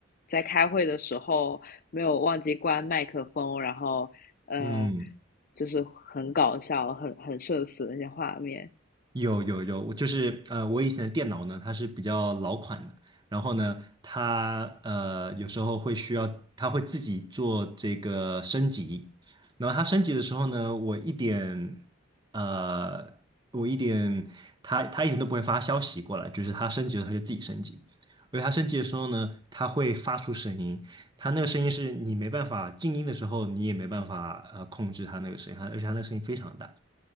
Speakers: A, on the left (about 45°); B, on the right (about 20°).
A: 在开会的时候没有忘记关麦克风，然后呃，
B: 嗯。
A: 就是很搞笑、很很社死的那些画面。
B: 有有有，我就是呃，我以前的电脑呢，它是比较老款的，然后呢，它呃有时候会需要，它会自己做这个升级，然后它升级的时候呢，我一点呃，我一点，它它一点都不会发消息过来，就是它升级了，它就自己升级，而且它升级的时候呢，它会发出声音，它那个声音是你没办法静音的时候，你也没办法呃控制它那个声音，它而且它那个声音非常大。